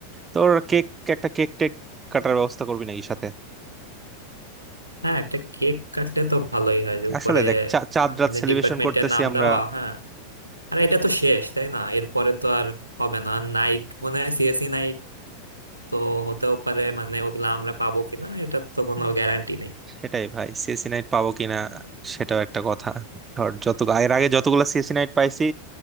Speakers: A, on the right; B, on the right.
A: তোর কেক একটা কেক টেক কাটার ব্যবস্থা করবি নাকি সাথে
B: হ্যাঁ একটা কেক কাটলে তো ভালোই হয় যে উপরে
A: আসলে দেখ চা- চাঁদ
B: আমাদের
A: রাত সেলিব্রেশন
B: ডিপার্টমেন্টের
A: করতেছি
B: নাম
A: আমরা
B: দেওয়া হ্যাঁ আর এটা তো শেষ তাই না এরপরে তো আর হবে না নাইট মনে হয় সিএসি নাইট তো হতেও পারে মানে ওগুলো আমরা পাবো কিনা এটা তো কোনো
A: হুম।
B: গ্যারান্টি নেই
A: সেটাই ভাই সিএসি নাইট পাবো কিনা সেটাও একটা কথা ধর যত এর আগে যতগুলো সিএসি নাইট পাইছি